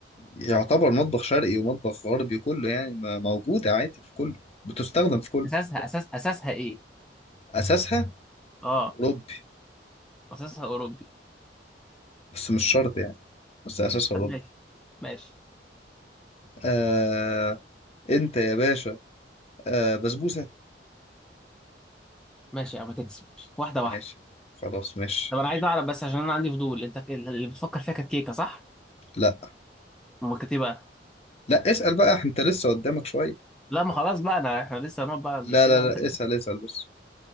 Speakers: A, on the left; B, in the centre.
A: يعتبر مطبخ شرقي ومطبخ غربي كله يعني ما- موجودة عادي في كله بتستخدم في كله
B: اساسها اساس اساسها ايه
A: اساسها
B: اه
A: اوروبي
B: اساسها اوروبي
A: بس مش شرط يعني بس اساسها
B: طب
A: اوروبي
B: ماشي ماشي
A: آه انت يا باشا آه بسبوسة
B: ماشي او ما تكسب واحده واحده
A: ماشي خلاص ماشي
B: طب انا عايز اعرف بس عشان انا عندي فضول انت ك- اللي بتفكر فيها كانت كيكه صح
A: لا
B: امال كانت ايه بقى
A: لا اسأل بقى انت لسه قدامك شوية
B: لا ما خلاص بقى انا احنا لسه هنقعد
A: لا
B: بقى كده
A: لا
B: انت
A: لا اسأل اسأل بس